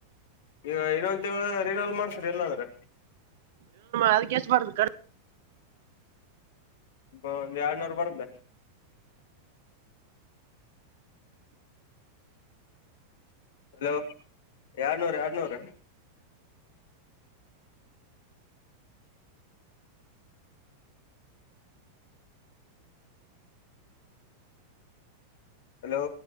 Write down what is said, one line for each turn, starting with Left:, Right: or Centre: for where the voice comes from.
Left: ಈಗ ಏನ ಒಂತ ಏನಲ್ ಮಾಡ್ಸಿಡಿ ಎಲ್ಲಾದ್ರೆ
Right: ಅದಕ್ಕೆ ಎಷ್ಟು ಬಾರದು ಕ
Left: ಒಂದ್ ಎಡ್ನೂರು ಬರ್್ದ ಹಲೋ ಎಡ್ನೂರ ಎಡ್ನೂರ ಹಲೋ